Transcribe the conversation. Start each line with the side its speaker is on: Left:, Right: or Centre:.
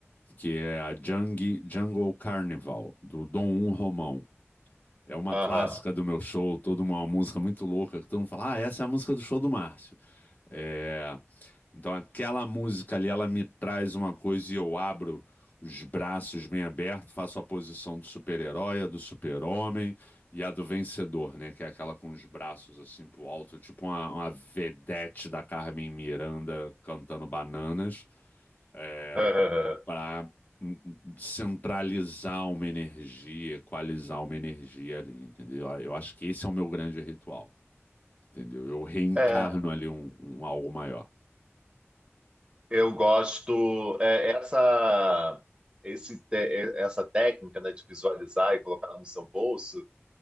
Left: que é a Jungle, Jungle Carnival, do Dom Um Romão. É uma
Right: aham.
Left: clássica do meu show, toda uma música muito louca, que todo mundo fala, ah, essa é a música do show do Márcio. É, Então aquela música ali, ela me traz uma coisa e eu abro os braços bem abertos, faço a posição do super-herói, a do super-homem e a do vencedor, né? Que é aquela com os braços assim pro alto, tipo uma, uma vedete da Carmen Miranda cantando bananas. É,
Right: <laughs>
Left: para centralizar uma energia, equalizar uma energia ali, entendeu? Eu acho que esse é o meu grande ritual, entendeu? Eu reencarno
Right: É,
Left: ali um, um algo maior.
Right: eu gosto é, essa esse te- é, essa técnica, né, de visualizar e colocar no seu bolso